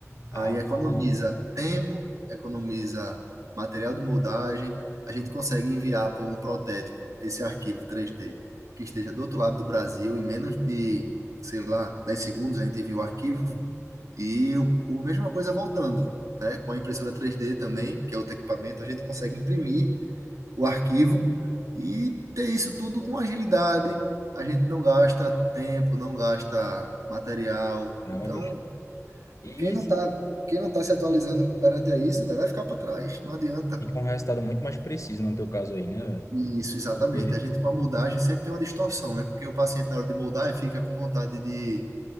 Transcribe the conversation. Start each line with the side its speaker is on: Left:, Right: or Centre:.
Right: Aí
Left: Ah,
Right: economiza tempo, economiza material de moldagem. A gente consegue enviar por um protético esse arquivo 3D que esteja do outro lado do Brasil em menos de, sei lá, 10 segundos a gente envia o arquivo e o, o mesma coisa voltando, né? Com a impressora 3D também, que é outro equipamento, a gente consegue imprimir o arquivo e ter isso tudo com agilidade. A gente não gasta tempo, não gasta material.
Left: caramba,
Right: Então,
Left: bicho. E
Right: quem
Left: isso
Right: não está quem não tá se atualizando perante a isso, né, vai ficar para trás, não adianta.
Left: fica um resultado muito mais preciso no teu caso aí, né, velho?
Right: Isso, exatamente.
Left: Porque,
Right: A gente com a moldagem sempre tem uma distorção, né? Porque o paciente, na hora de moldar, ele fica com vontade de,